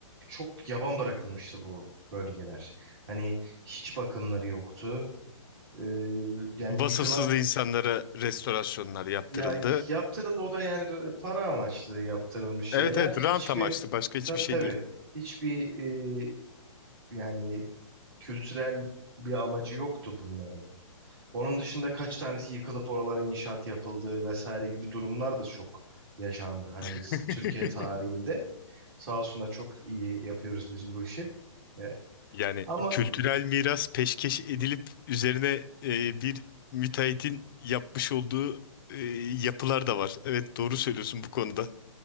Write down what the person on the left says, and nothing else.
Vasıfsız
insanlara restorasyonlar yaptırıldı.
Evet evet rant
amaçlı başka hiçbir
şey
değil.
<laughs>
Yani
kültürel miras peşkeş edilip üzerine e, bir müteahhitin yapmış olduğu e, yapılar da var. Evet doğru söylüyorsun bu konuda.